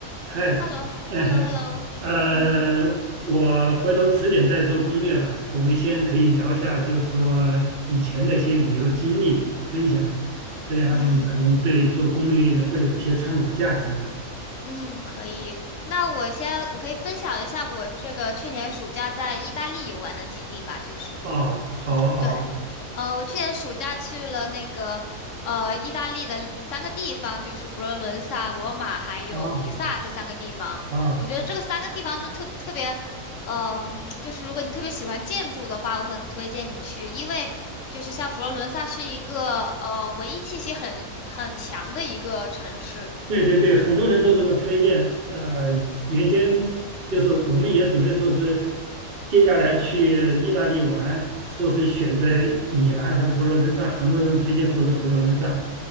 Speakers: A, on the right; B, on the left.
A: 嗨，
B: h e l l o h
A: 哎嘿，
B: e l l o h e l l o
A: 呃，
B: 嗯，
A: 我回头迟点再做攻略吧。我们先可以聊一下，就是说以前的一些旅游经历分享，这样可能对做攻略会有一些参考价值了。
B: 嗯嗯，可以。那我先，我可以分享一下我这个去年暑假在意大利游玩的经历吧，就是。
A: 哦，好好
B: 对，呃，我去年暑假去了那个呃意大利的三个地方，就是佛罗伦萨、罗马还有比萨这三个地方。
A: 啊啊，
B: 我觉得这个三个地方就特特别，嗯、就是如果你特别喜欢建筑的话，我很推荐你去，因为就是像佛罗伦萨是一个呃文艺气息很很强的一个城市。
A: 对对对，很多人都这么推荐。呃，原先就是我们也准备说是接下来去意大利玩，说是选择米兰还是佛罗伦萨，很多人推荐说是佛罗伦萨。